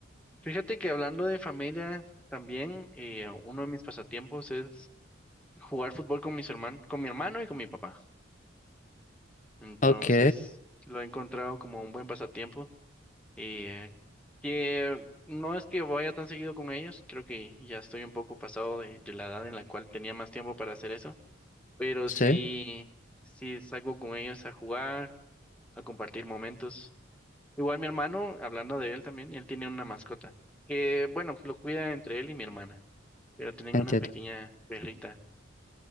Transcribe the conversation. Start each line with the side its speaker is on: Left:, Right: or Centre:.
Centre: Fíjate que hablando de familia, también eh, uno de mis pasatiempos es jugar fútbol con mis hermanos, con mi hermano y con mi papá. Entonces,
Left: Ok,
Centre: lo he encontrado como un buen pasatiempo y eh, que no es que vaya tan seguido con ellos, creo que ya estoy un poco pasado de, de la edad en la cual tenía más tiempo para hacer eso, pero
Left: sí,
Centre: sí, sí salgo con ellos a jugar, a compartir momentos. Igual mi hermano, hablando de él también, él tiene una mascota que, bueno, lo cuida entre él y mi hermana, pero tienen
Left: entiendo.
Centre: una pequeña perrita.